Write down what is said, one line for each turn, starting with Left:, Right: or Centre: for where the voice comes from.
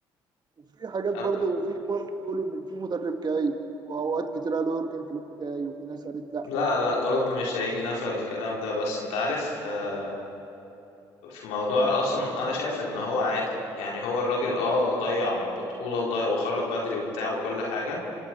Right: وفي حاجات
Left: أب-
Right: برضه وفي برضه بيقولوا ان في مدرب جاي واوقات كتير قالوا يورجن كلوب جاي وفي ناس قالت لا
Left: لا لا كلوب مش هيجي نفى الكلام ده بس أنت عارف آه، في موضوع أصلا أنا شايف إن هو عادي يعني هو الراجل أه ضيع بطولة وضيع وخرج بدري وبتاع وكل حاجة